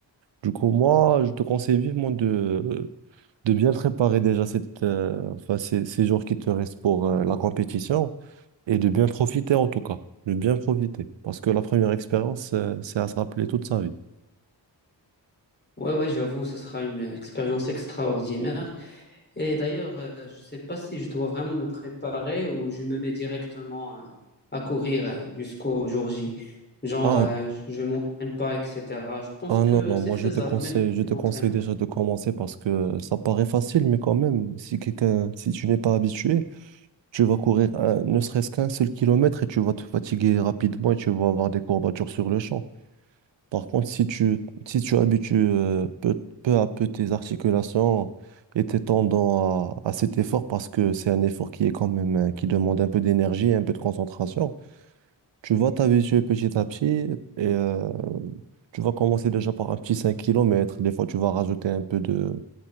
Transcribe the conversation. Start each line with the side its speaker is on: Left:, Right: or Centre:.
Right: Du coup, moi, je te conseille vivement de, de bien préparer déjà cette, euh, enfin, ces, ces jours qui te restent pour euh, la compétition et de bien profiter en tout cas, de bien profiter. Parce que la première expérience, euh, c'est à se rappeler toute sa vie.
Left: Ouais, ouais, j'avoue, ce sera une expérience extraordinaire. Et d'ailleurs, euh, je ne sais pas si je dois vraiment me préparer ou je me mets directement euh, à courir euh, jusqu'au jour J. Genre,
Right: Ah,
Left: euh, je ne m'entraîne pas, etc. Je pense
Right: ah
Left: que
Right: non, non,
Left: c'est
Right: moi
Left: faisable,
Right: je te conseille,
Left: même si
Right: je
Left: je
Right: te
Left: ne
Right: conseille
Left: m'entraîne pas.
Right: déjà de commencer parce que ça paraît facile, mais quand même, si quelqu'un, si tu n'es pas habitué, tu vas courir un- ne serait-ce qu'un seul kilomètre et tu vas te fatiguer rapidement et tu vas avoir des courbatures sur le champ. Par contre, si tu, si tu habitues euh, peu, peu à peu tes articulations et tes tendons à, à cet effort, parce que c'est un effort qui est quand même, euh, qui demande un peu d'énergie et un peu de concentration, tu vas t'habituer petit à petit et euh, tu vas commencer déjà par un petit 5 kilomètres. Des fois, tu vas rajouter un peu de,